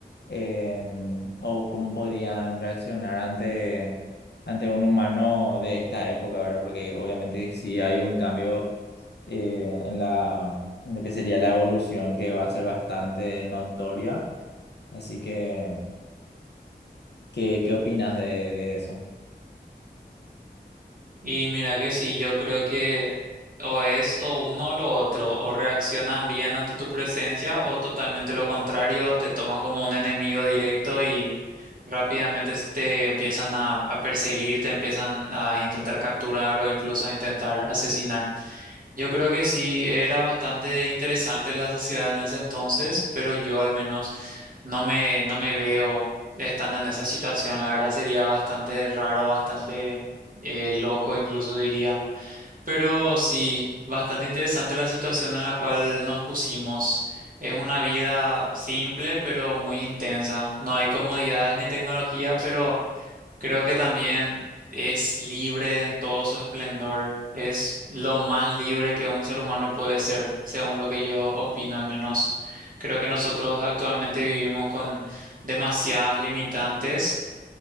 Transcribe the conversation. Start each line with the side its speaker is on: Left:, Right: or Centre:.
Left: em, o cómo podrían reaccionar ante, ante un humano de esta época, ¿verdad? Porque obviamente sí hay un cambio eh, en la, en lo que sería la evolución que va a ser bastante notoria. Así que... ¿Qué, qué opinas de, de eso?
Right: Y mira que sí, yo creo que o es o uno o lo otro, o reaccionan bien ante tu presencia o totalmente lo contrario, te toman como un enemigo directo y rápidamente s- te empiezan a, a perseguir, te empiezan a intentar capturar o incluso a intentar asesinar. Yo creo que sí, era bastante interesante la sociedad en ese entonces, pero yo al menos no me, no me veo estando en esa situación. La verdad sería bastante raro, bastante eh, loco incluso diría. Pero sí, bastante interesante la situación en la cual nos pusimos. Es una vida simple, pero muy intensa. No hay comodidades ni tecnología, pero... Creo que también es libre en todo su esplendor. Es lo más libre que un ser humano puede ser, según lo que yo opino al menos. Creo que nosotros actualmente vivimos con demasiadas limitantes,